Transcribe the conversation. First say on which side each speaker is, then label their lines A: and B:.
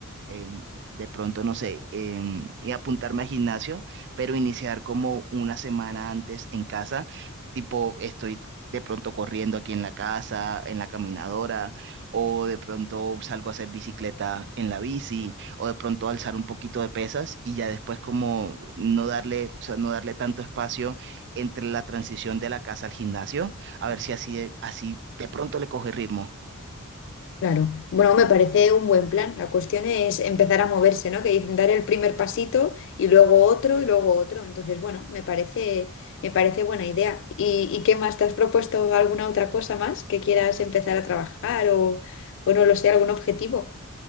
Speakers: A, on the right (about 55°); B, on the left (about 60°).
A: em, de pronto, no sé, em, y apuntarme al gimnasio, pero iniciar como una semana antes en casa, tipo estoy de pronto corriendo aquí en la casa, en la caminadora, o de pronto salgo a hacer bicicleta en la bici, o de pronto alzar un poquito de pesas y ya después como no darle, o sea, no darle tanto espacio entre la transición de la casa al gimnasio, a ver si así, así de pronto le coge ritmo.
B: Claro. Bueno, me parece un buen plan. La cuestión es empezar a moverse, ¿no? Que dicen dar el primer pasito y luego otro y luego otro. Entonces, bueno, me parece, me parece buena idea. ¿Y, y qué más? ¿Te has propuesto alguna otra cosa más que quieras empezar a trabajar o, o no lo sé, algún objetivo?